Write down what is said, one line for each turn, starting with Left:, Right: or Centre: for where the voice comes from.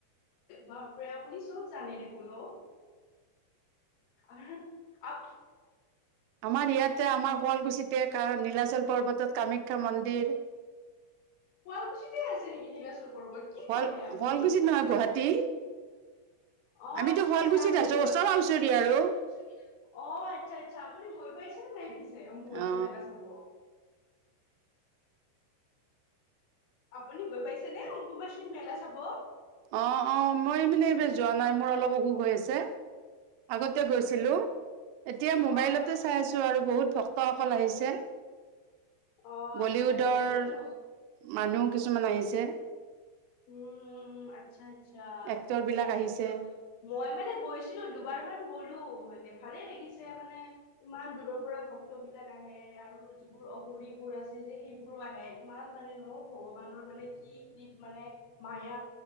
Left: বাপৰে আপুনি চব জানে দেখোন অ আৰু আপ
Right: আমাৰ ইয়াতে আমাৰ শুৱালকুছিতে নীলাচল পৰ্বতত কামাখ্যা মন্দিৰ
Left: শুৱালকুছিতে আছে নেকি নীলাচৰ পৰ্বত কি
Right: শুৱাল
Left: কয় হে আপুনি।
Right: শুৱালকুছিত নহয় গুৱাহাটী
Left: অ
Right: আমিতো
Left: আচ্ছা
Right: শুৱালকুছিত
Left: আচ্ছা আপুনি
Right: আছো
Left: গৈ
Right: ওচৰা
Left: পাই
Right: ওচৰি
Left: অ
Right: আৰু
Left: আচ্ছা আচ্ছা আপুনি গৈ পাইছেনে পিছে অম্বুবাচী
Right: অ
Left: মেলা চাব। আপুনি গৈ পাইছে নে অম্বুবাচী মেলা চাব
Right: অহ -অহ মই মানে এইবাৰ যোৱা নাই মোৰ অলপ অসু হৈ আছে। আগতে গৈছিলো। এতিয়া মোবাইলতে
Left: অ',
Right: চাই আছো আৰু বহুত ভক্তসকল আহিছে।
Left: অ',
Right: বলিউডৰ
Left: আচ্ছা, আচ্ছা বহুত
Right: মানুহ কিছুমান আহিছে।
Left: উম -উম - উম, আচ্ছা -আচ্ছা। যা
Right: এক্টৰ
Left: ঠিকে
Right: বিলাক
Left: আছে
Right: আহিছে
Left: দিয়ক মই মানে গৈছিলো দুবাৰ মান গ'লো মানে ভালেই লাগিছে মানে ইমান দূৰৰ পৰা ভক্ত বিলাক আহে আৰু যিবোৰ অঘৰিবোৰ আছে যে সেইবোৰো আহে ইমান মানে ন'ভগৱানৰ মানে কি - কি মানে মায়া